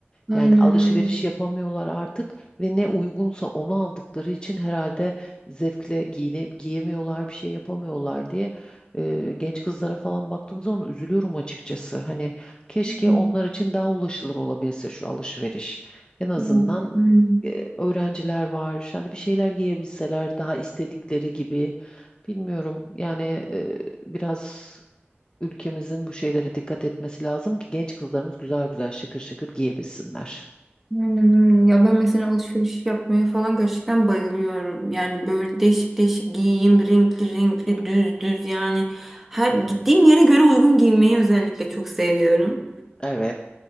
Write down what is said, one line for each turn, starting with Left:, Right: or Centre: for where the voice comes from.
Centre: Aynen
Left: Yani alışveriş
Centre: öyle.
Left: yapamıyorlar artık ve ne uygunsa onu aldıkları için herhalde zevkle giyine, giyemiyorlar, bir şey yapamıyorlar diye e, genç kızlara falan baktığım zaman üzülüyorum açıkçası. Hani keşke
Centre: Hı.
Left: onlar için daha ulaşılır olabilse şu alışveriş. En azından
Centre: Evet, aynen.
Left: e, öğrenciler var. Hani bir şeyler giyebilseler daha istedikleri gibi. Bilmiyorum. Yani e, biraz ülkemizin bu şeylere dikkat etmesi lazım ki genç kızlarımız güzel güzel şıkır şıkır giyebilsinler.
Centre: Aynen öyle. Ya ben mesela alışveriş yapmaya falan gerçekten bayılıyorum. Yani böyle değişik değişik giyeyim, renkli renkli, düz düz yani. Her gittiğim yere göre uygun giymeyi özellikle çok seviyorum.
Left: Evet.